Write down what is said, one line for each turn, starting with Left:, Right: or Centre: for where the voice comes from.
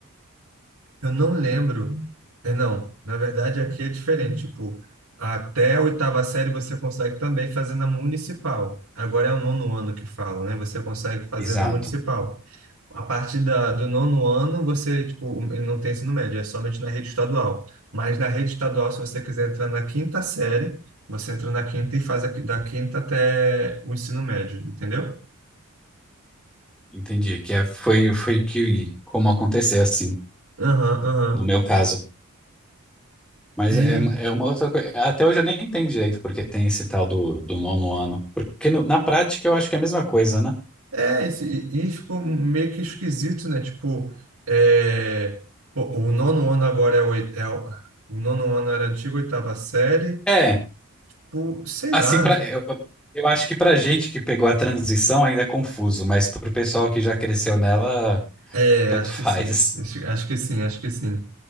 Right: Eu não lembro. É, não, na verdade aqui é diferente. Tipo, até a oitava série você consegue também fazer na municipal. Agora é o nono ano que falam, né? Você consegue fazer
Centre: Exato,
Right: na municipal. A partir da, do nono ano, você, tipo, não tem ensino médio, é somente na rede estadual. Mas na rede estadual, se você quiser entrar na quinta série, você entra na quinta e faz a- da quinta até o ensino médio, entendeu?
Centre: entendi. Que é, foi foi que como aconteceu assim,
Right: Aham, aham.
Centre: no meu caso. Mas
Right: E
Centre: é, é uma outra coisa. Até hoje eu nem entendo direito porque tem esse tal do, do nono ano. Porque no- na prática eu acho que é a mesma coisa, né?
Right: É, esse- e, e ficou meio que esquisito, né? Tipo, é, pô, o nono ano agora é o, oit- é o, o nono ano era a antiga oitava série,
Centre: É,
Right: por, sei
Centre: assim,
Right: lá.
Centre: pra, eu, eu acho que pra gente que pegou a transição ainda é confuso, mas pro pessoal que já cresceu nela,
Right: É,
Centre: tanto
Right: acho
Centre: <laughs> faz.
Right: que sim, acho, acho que sim, acho que sim.